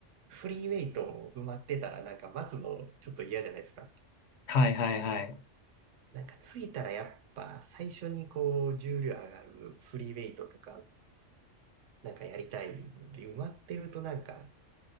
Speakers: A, on the right; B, on the left.
A: フリーウェイト埋まってたらなんか待つのちょっと嫌じゃないですか。
B: はいはいはい。
A: なんか着いたらやっぱ最初にこう重量上がるフリーウェイトとかなんかやりたいんで埋まってるとなんか